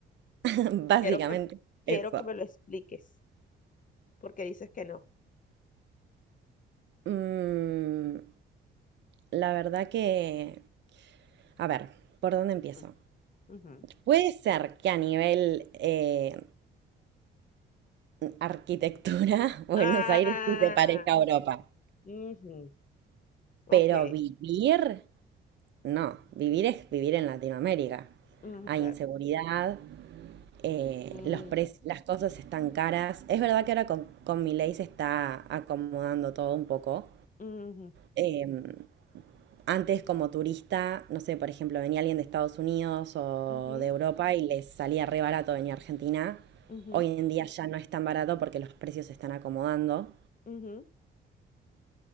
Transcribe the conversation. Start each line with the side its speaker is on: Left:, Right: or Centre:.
Right: <laughs> Básicamente
Left: Quiero que, quiero
Right: eso.
Left: que me lo expliques porque dices que no.
Right: Mm, la verdad que, a ver, ¿por dónde empiezo?
Left: Mm, ujú.
Right: Puede ser que a nivel eh, arquitectura <laughs> Buenos
Left: Ah,
Right: Aires sí se parezca a Europa,
Left: ujú, ok,
Right: pero vivir, no, vivir es vivir en Latinoamérica.
Left: mm,
Right: Hay
Left: claro.
Right: inseguridad, eh,
Left: Mm,
Right: los pre- las cosas están caras. Es verdad que ahora con, con Milei se está acomodando todo un poco.
Left: ujú,
Right: Em, antes como turista, no sé, por ejemplo, venía alguien de Estados Unidos o
Left: ujú,
Right: de Europa y les salía re barato venir a Argentina.
Left: ujú,
Right: Hoy en día ya no es tan barato porque los precios se están acomodando.
Left: ujú,